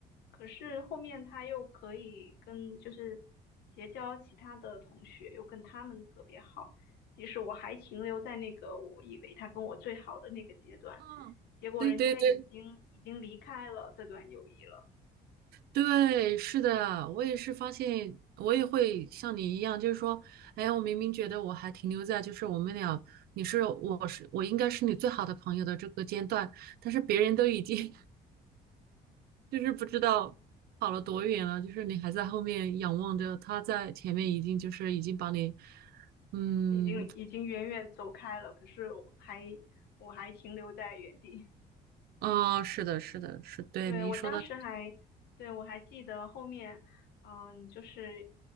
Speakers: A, on the left; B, on the right.
A: 可是后面他又可以跟就是结交其他的同学，又跟他们特别好，即使我还停留在那个我以为他跟我最好的那个阶段，
B: 嗯。
A: 结果人家已经已经离开了这段友谊了。
B: 对对对，对，是的，我也是发现，我也会像你一样，就是说，哎，我明明觉得我还停留在就是我们俩，你是我是我应该是你最好的朋友的这个阶段，但是别人都已经 <laughs> 就是不知道跑了多远了，就是你还在后面仰望着，他在前面已经就是已经把你，嗯，
A: 已经已经远远走开了，可是我还我还停留在原地。
B: 啊、是的，是的，是对你一说到，
A: 对，我当时还，对，我还记得后面，嗯，就是